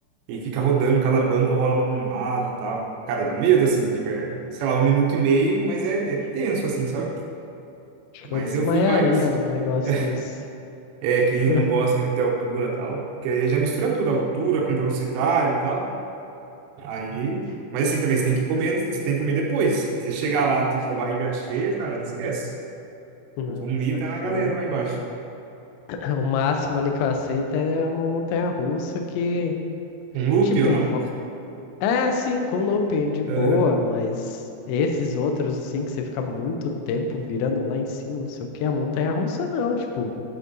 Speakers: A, on the right; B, on the left.
A: E fica rodando, cada banco rola para um lado e tal. Cara, dá medo, assim, tipo, é, sei lá, um minuto e meio, mas é, é tenso, assim, sabe?
B: Acho
A: Mas
B: que eu desmaiaria
A: eu fui mais.
B: num negócio
A: <laughs>
B: desse.
A: É, quem
B: <laughs>
A: não gosta muito de altura e tal, porque aí já mistura tudo, altura com velocidade e tal. Aí, mas assim também, você tem que comer, você tem que comer depois. Você chegar lá, tipo, com a barriga cheia, cara, esquece.
B: Não,
A: Vomita
B: sai fora.
A: na galera lá embaixo.
B: <laughs> O máximo ali que eu aceito é uma montanha-russa que,
A: Um loop
B: tipo,
A: ou não?
B: vo- é sim, com looping de boa,
A: Aham.
B: mas esses outros, assim, que você fica muito tempo virando lá em cima, não sei o que, a montanha-russa não, tipo,